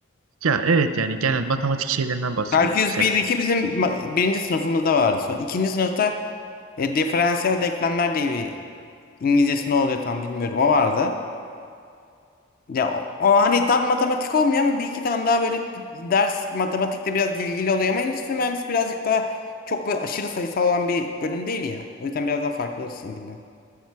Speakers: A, on the right; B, on the left.
A: ya evet yani genel matematik şeylerinden bahsediyorum
B: Kalkülüs
A: mesela.
B: bir iki bizim ma- birinci sınıfımızda vardı. Sonra ikinci sınıfta e, diferansiyel denklemler diye bir İngilizcesi ne oluyor tam bilmiyorum o vardı. Ya o, o hani tam matematik olmuyor ama bir iki tane daha böyle bir ders matematikte biraz ilgili oluyor ama endüstri mühendisi birazcık daha çok böyle aşırı sayısal olan bir bölüm değil ya. O yüzden biraz daha farklı sizinkinden.